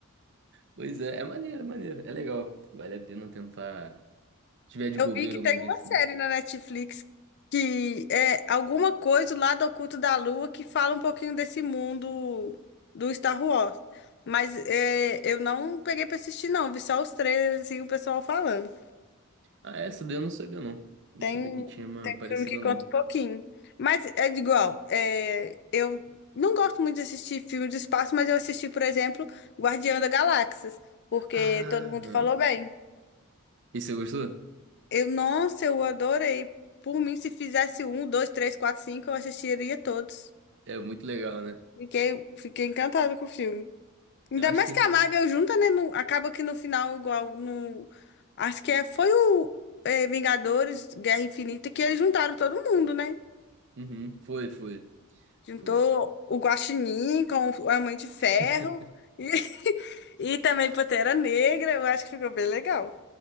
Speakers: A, on the right; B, on the left.
A: Pois é, é maneiro, é maneiro, é legal. Vale a pena tentar, se tiver
B: Eu
A: de bobeira
B: vi que
A: algum
B: tem
A: dia,
B: uma
A: assim.
B: série na Netflix que é alguma coisa lá do Oculto da Lua que fala um pouquinho desse mundo do Star Wars. Mas é, eu não peguei pra assistir, não. Vi só os trailers e o pessoal falando.
A: Ah, essa daí eu não sabia, não. Não
B: Tem,
A: sabia que tinha uma
B: tem
A: parecida,
B: filme que conta
A: não.
B: um pouquinho. Mas é igual, é, eu não gosto muito de assistir filme de espaço, mas eu assisti, por exemplo, Guardião da Galáxia, porque
A: Aham.
B: todo mundo falou bem.
A: E você gostou?
B: Eu, nossa, eu adorei. Por mim, se fizesse um, dois, três, quatro, cinco, eu assistiria todos.
A: É muito legal, né?
B: Fiquei, fiquei encantada com o filme. Ainda
A: Eu acho
B: mais
A: que
B: que
A: eles...
B: a Marvel junta, né? no- acaba que no final, igual no. Acho que é, foi o é, Vingadores, Guerra Infinita, que eles juntaram todo mundo, né?
A: Uhum, foi, foi,
B: Juntou
A: foi.
B: o Guaxinim com a Mãe de Ferro
A: <laughs>
B: e, <laughs> e também Pantera Negra. Eu acho que ficou bem legal.